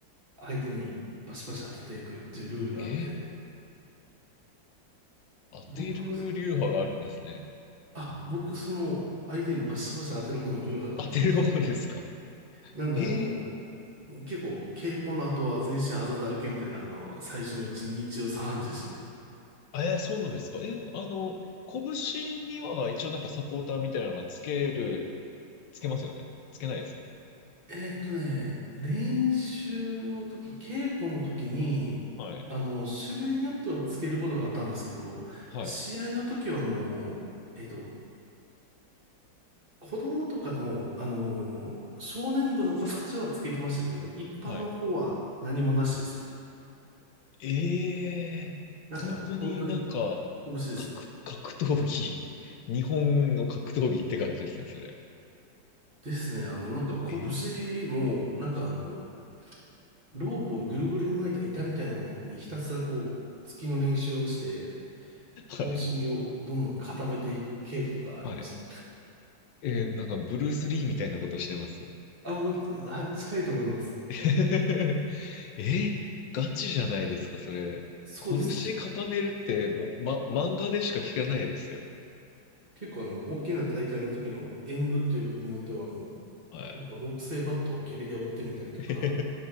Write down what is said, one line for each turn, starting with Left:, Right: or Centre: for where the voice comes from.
Right: 相手にバシバシ当てていくっていうルールがあって、
Left: え当てる流派があるんですね。
Right: 僕、あ、僕その相手にバシバシ当てる方の流派だったんで、
Left: 当てる方ですか
Right: なんであの、
Left: えー、
Right: 結構稽古の後は全身あざだらけみたいなあの、最初のうち日曜3時でしたね。
Left: えー、そうなんですかえーあの、拳には一応なんかサポーターみたいなのはつける、つけますよねつけないですか
Right: えーっとね、練習の時、稽古の時に、
Left: はい。
Right: あの、種類によってはつけることがあったんですけど、
Left: はい。
Right: 試合の時は、あの、えーっと、子供とかの、あの、少年部の子たちはつけてましたけど、一般の方は何もなしですね。
Left: はい。ええ本当になんか、
Right: なんで、あの、本当に拳ですね。
Left: 格、格闘技、日本の格闘技って感じですね、それ。
Right: ですね、あの、なんか拳も、
Left: ええ
Right: なんかあの、ロープをぐるぐるに巻いた板みたいなのにひたすらこう、突きの練習をして、方針をどんどん固めていく傾向がありました。
Left: はい。はい。えーなんかブルース・リーみたいなことしてます。
Right: あ、もう、あ近いと思います。
Left: <laughs> え、ガチじゃないですか、それ。
Right: そうですね。
Left: 拳固めるって、もう、ま、漫画でしか聞かないですよ。
Right: 結構あの、大きな大会の時の演舞っていう部門では、あの、
Left: はい。
Right: なんか木製バットを蹴りで折ってみたりとか、
Left: <laughs>